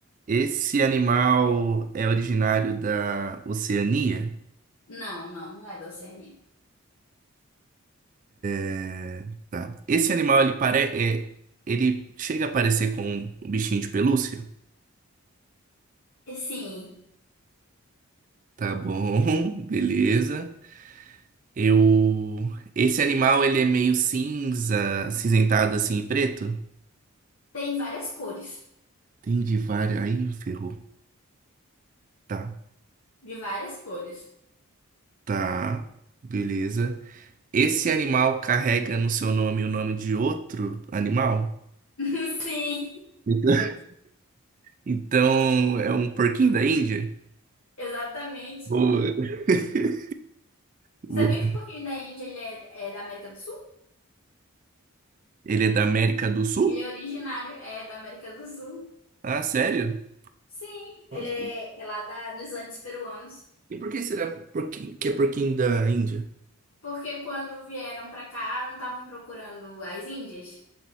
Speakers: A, on the right; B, on the left.
A: esse animal é originário da Oceania?
B: Não, não, não é da Oceania.
A: É, Tá. Esse animal, ele pare... é, ele chega a parecer com um bichinho de pelúcia?
B: Sim.
A: Tá bom, <laughs> beleza. Eu... Esse animal, ele é meio cinza, acinzentado assim e preto?
B: Tem várias cores.
A: Tem de várias... Aí, ferrou. Tá,
B: De várias cores.
A: tá, beleza. Esse animal carrega no seu nome o nome de outro animal?
B: <laughs> Sim,
A: <laughs> Então, é um porquinho da Índia?
B: exatamente.
A: Boa. <laughs> Boa.
B: Você Sabia que o porquinho da Índia ele é, é da América do Sul?
A: Ele é da América do Sul?
B: Ele é originário, é da América do Sul.
A: Ah, sério?
B: Sim, ele
A: Nossa.
B: é, é lá da, dos Andes peruanos.
A: E por que será porquinho, que é porquinho da Índia?
B: Porque quando vieram pra cá, não estavam procurando as índias?